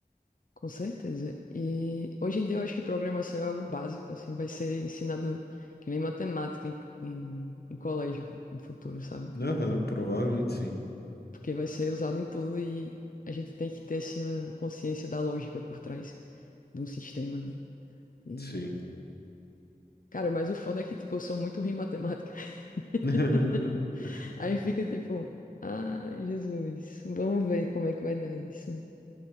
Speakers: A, on the left; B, on the left.
A: Com certeza. E hoje em dia eu acho que programação é algo básico, assim, vai ser ensinado que nem matemática em, em, em colégio no futuro, sabe?
B: Aham, provavelmente sim.
A: Porque vai ser usado em tudo e a gente tem que ter essa consciência da lógica por trás de um sistema, né? E,
B: Sim.
A: cara, mas o foda é que, tipo, eu sou muito ruim em matemática. <laughs>
B: <laughs>
A: Aí fica tipo, ai, Jesus, vamos ver como é que vai dar isso,